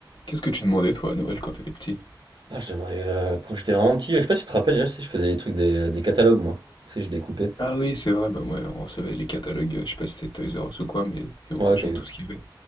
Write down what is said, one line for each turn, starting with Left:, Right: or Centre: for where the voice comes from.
Left: Qu'est-ce que tu demandais toi à Noël quand t'étais petit?
Right: Ah, je demandais, heu, quand j'étais vraiment petit, je sais pas si tu te rappelles, déjà, tu sais, je faisais des trucs des des catalogues, moi. Tu sais, je découpais.
Left: Ah oui, c'est vrai, bah ouais, on recevait les catalogues, euh, je sais pas si c'était Toys R Us ou quoi, mais et on
Right: Ouais,
Left: cochait
Right: Toys
Left: tout ce qu'il y avait.